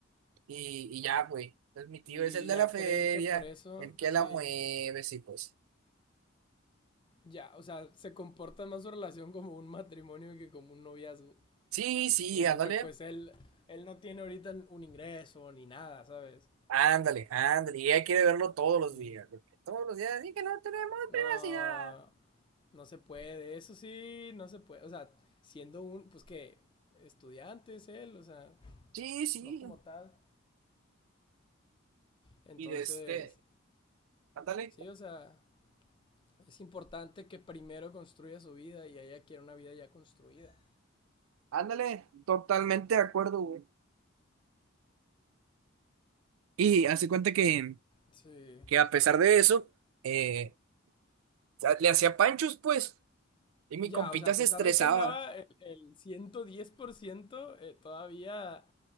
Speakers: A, on the right; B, on the left.
A: y, y ya, güey. Entonces, mi tío
B: Y
A: es el de
B: ya
A: la feria,
B: cree que por eso,
A: el que
B: sí,
A: la mueve, sí, pues.
B: ya, o sea, se comporta más su relación como un matrimonio que como un noviazgo,
A: Sí, sí,
B: siendo
A: ándale,
B: que pues él, él no tiene ahorita un ingreso ni nada, ¿sabes?
A: ándale, ándale. Y ella quiere verlo todos los
B: Sí,
A: días, porque todos los días, y que no tenemos
B: no,
A: privacidad.
B: no se puede, eso sí, no se puede, o sea, siendo un, pues que, estudiante es él, o sea,
A: Sí, sí.
B: no como tal. Entonces,
A: Y de este, ándale.
B: sí, o sea, es importante que primero construya su vida y ella quiere una vida ya construida.
A: Ándale, totalmente de acuerdo, güey. Y hace cuenta que,
B: Sí.
A: que a pesar de eso, eh, sa- le hacía panchos, pues, y mi
B: Ya,
A: compita
B: o sea, a
A: se
B: pesar
A: estresaba.
B: de que él daba el, el 110%, eh, todavía